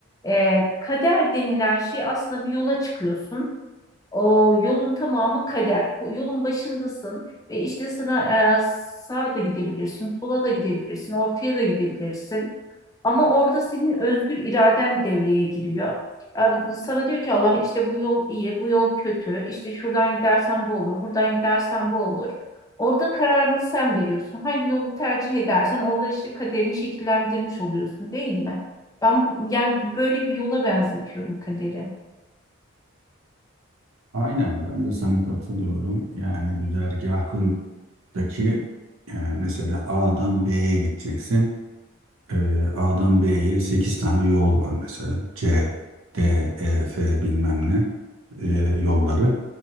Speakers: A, on the left; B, on the right.
A: E, kader denilen şey aslında bir yola çıkıyorsun. O yolun tamamı kader. Yolun başındasın ve işte sana e, sağa da gidebilirsin, sola da gidebilirsin, ortaya da gidebilirsin. Ama orada senin özgür iraden devreye giriyor. E, Sana diyor ki Allah işte bu yol iyi, bu yol kötü, işte şuradan gidersen bu olur, buradan gidersen bu olur. Orada kararını sen veriyorsun. Hangi yolu tercih edersen orada işte kaderini şekillendirmiş oluyorsun değil mi? Ben bu, yani böyle bir yola benzetiyorum kaderi.
B: Aynen ben de sana katılıyorum. Yani güzergahındaki yani mesela A'dan B'ye gideceksin. Ee, A'dan B'ye 8 tane yol var mesela. C, D, E, F bilmem ne e, yolları.